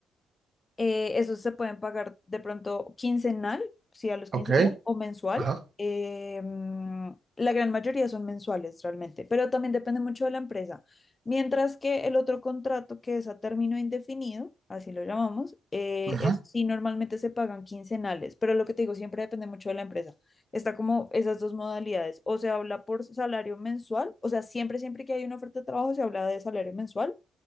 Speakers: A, on the left; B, on the right.
A: Eh, esos se pueden pagar de pronto quincenal, sí, a los 15
B: Ok,
A: días, o mensual.
B: ajá,
A: Eh, mm, la gran mayoría son mensuales realmente, pero también depende mucho de la empresa. Mientras que el otro contrato, que es a término indefinido, así lo llamamos, eh,
B: ujú,
A: eso sí, normalmente se pagan quincenales, pero lo que te digo, siempre depende mucho de la empresa. Está como esas dos modalidades, o se habla por salario mensual, o sea, siempre, siempre que hay una oferta de trabajo se habla de salario mensual